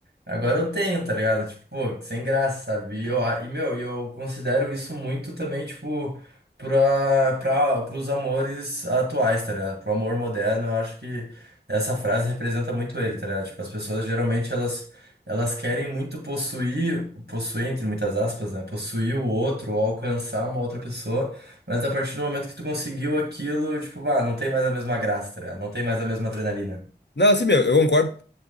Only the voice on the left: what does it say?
Não, assim, meu, eu concordo